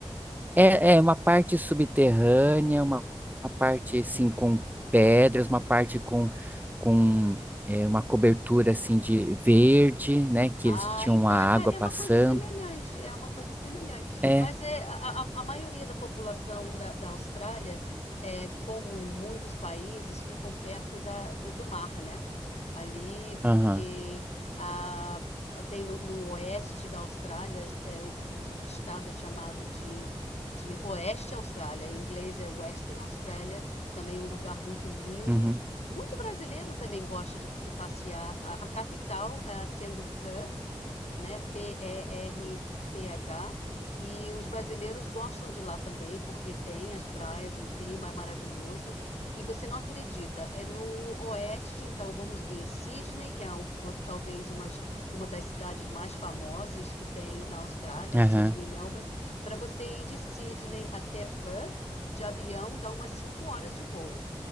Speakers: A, on the right; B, on the left.
A: é, é uma parte subterrânea, uma, uma parte assim com pedras, uma parte com com é, uma cobertura assim de verde, né, que
B: Ah,
A: eles tinham
B: então
A: a água
B: é, pa- é
A: passando.
B: uma coisa semelhante, é uma coisa semelhante.
A: É,
B: Mas é, a, a- a maioria da população da, da Austrália, é, como em muitos países, ficam perto da, do, do mar, né? Ali,
A: aham,
B: porque ah, tem no, no oeste da Austrália, é, o, o estado é chamado de, de Oeste Austrália, em inglês é Western Australia, também um lugar muito lindo
A: uhum,
B: muito brasileiro também gosta de, de passear. A, a capital, ah, sendo Perth, né? P-E-R-T-H. E R T H. E os brasileiros gostam de lá também, porque tem as praias, o clima é maravilhoso. E você não acredita, é no oeste, então vamos ver Sydney, que é um, talvez umas, uma das cidades mais famosas que tem na Austrália,
A: aham.
B: Sydney e Melbourne. Para você ir de Sydney até Perth, de avião, dá umas 5 horas de voo.